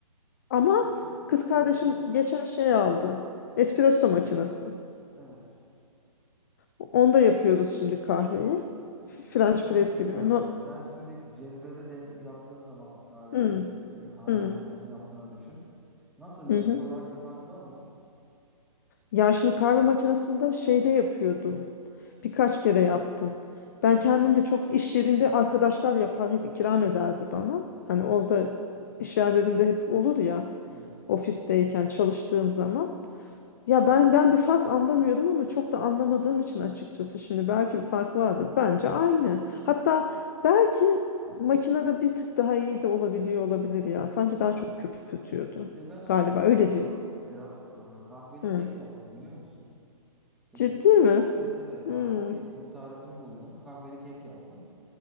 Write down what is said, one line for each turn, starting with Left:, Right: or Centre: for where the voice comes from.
Left: Ama
Centre: Peki
Left: kız kardeşim
Centre: şeyde
Left: geçen şey aldı. Espresso makinesi.
Centre: evet.
Left: Onda yapıyoruz şimdi kahveyi. F- French
Centre: Peki sana
Left: press
Centre: şeyi
Left: gibi.
Centre: soracağım.
Left: No,
Centre: Sen şimdi cezvede dem yaptığın zaman kahveyi
Left: hmm,
Centre: bir de e, kahve
Left: hmm,
Centre: makinesini yaptığını düşün. Nasıl lezzet
Left: mhm.
Centre: olarak bir fark var mı?
Left: Ya şimdi kahve makinesinde şeyde yapıyordum. Birkaç kere yaptım. Ben kendim de çok iş yerinde arkadaşlar yapar hep ikram ederdi bana. Hani orada iş yerlerinde hep olur ya
Centre: Evet.
Left: ofisteyken çalıştığım zaman. Ya ben ben bir fark anlamıyordum ama çok da anlamadığım için açıkçası şimdi belki bir fark vardır. Bence aynı. Hatta belki makinede bir tık daha iyi de olabiliyor olabilir ya. Sanki
Centre: Hmm.
Left: daha çok köpürtüyordu.
Centre: Bir de ben şey
Left: Galiba
Centre: yaptım
Left: öyle
Centre: ya.
Left: diyorum.
Centre: Serap e, kahveli
Left: Hı.
Centre: kek yaptım biliyor musun? Keki.
Left: Ciddi mi?
Centre: Evet evet
Left: Hmm.
Centre: kahveli kek bunun tarifini buldum. Kahveli kek yaptım.